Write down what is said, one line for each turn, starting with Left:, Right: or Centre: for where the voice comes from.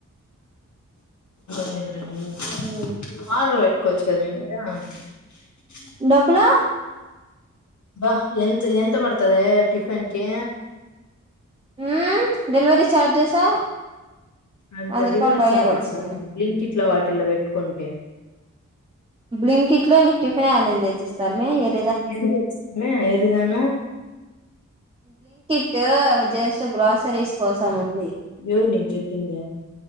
Left: <inaudible>
Right: ఉమ్
Left: ఆడర్ పెట్టుకోవచ్చు కదా మేమ ఇడా <unintelligible>
Right: డబ్బులో
Left: బా ఎంత ఎంత పడతదే టిఫిన్ కి
Right: మ్మ్ డెలివరీ చార్జెసా
Left: అంత
Right: వంద రూపాయలు
Left: డెలివరీ
Right: పైనే
Left: చార్జెస్
Right: పడుతుంది
Left: ఏ బ్లింకిట్లో వాటిలో పెట్టుకుంటే
Right: బ్లింకిట్ లో నీకు టిఫిన్ యనుంచి తెచ్చిస్తారమ్మి ఏప్
Left: ఎదో వచ్చదమే ఎర్రీదానా
Right: టూ అవి జస్ట్ గ్రోసెరీస్ కోసం ఉంది
Left: ఎవరు నీకు చెప్పింది